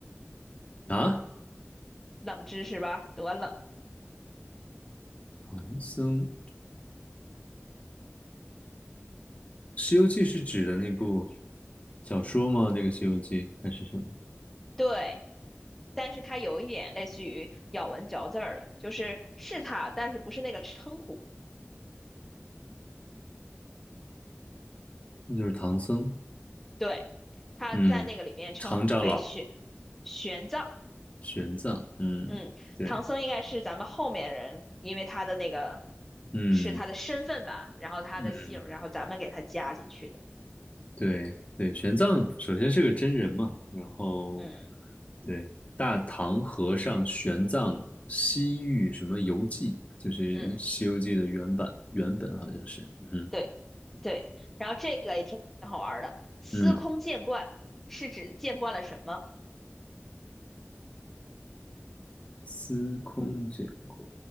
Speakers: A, on the left (about 35°); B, in the centre.
A: 啊，
B: 冷知识吧，多冷。
A: 唐僧，《西游记》是指的那部小说吗？那个《西游记》还是什么？
B: 对，但是它有一点类似于咬文嚼字儿的，就是是它，但是不是那个称呼。
A: 那就是唐僧，
B: 对，它在那个里面称为玄
A: 嗯，常长老。
B: 玄奘。
A: 玄奘，嗯，
B: 嗯，
A: 对，
B: 唐僧应该是咱们后面人，因为他的那个
A: 嗯
B: 是他的身份吧，然后他的姓，
A: 嗯，
B: 然后咱们给他加进去的。
A: 对对，玄奘首先是个真人嘛，然后
B: 嗯
A: 对大唐和尚玄奘西域什么游记，就是《西游记》的原版原本好像是，
B: 嗯。
A: 嗯
B: 对对，然后这个也挺挺好玩儿的。司空见惯是指见惯了什么？
A: 嗯，司空见过，